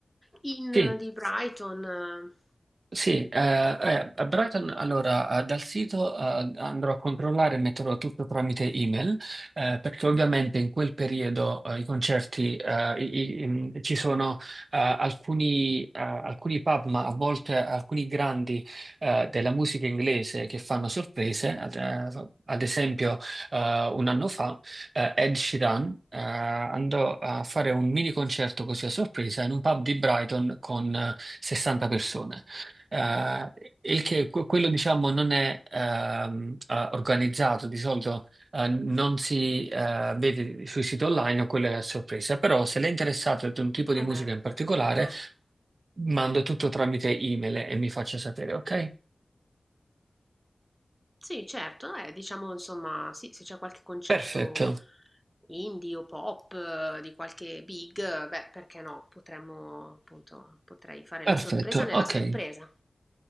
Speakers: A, in the centre; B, on the right.
A: in
B: Sì.
A: di Brighton.
B: Sì, eh, eh, a Brighton, allora eh, dal sito eh, andrò a controllare e metterò tutto tramite email, eh, perché ovviamente in quel periodo eh, i concerti eh, i- i- in- ci sono eh, alcuni, eh, alcuni pub, ma a volte alcuni grandi eh, della musica inglese che fanno sorprese. Ad, eh, ad esempio, eh, un anno fa eh, Ed Sheeran eh, andò a fare un mini concerto così a sorpresa in un pub di Brighton con eh, 60 persone. Eh, il che que- quello diciamo non è ehm, eh, organizzato, di solito eh, non si eh, vede sui siti online, o quello è a sorpresa, però se lei è interessato ad un tipo di
A: Eh
B: musica
A: beh,
B: in particolare,
A: immagino.
B: mando tutto tramite email e mi faccia sapere, ok?
A: Sì, certo, eh, diciamo insomma, sì, se c'è qualche concerto
B: Perfetto,
A: indie o pop eh, di qualche big, beh, perché no? Potremmo, appunto, potrei fare
B: perfetto,
A: la sorpresa nella
B: ok.
A: sorpresa.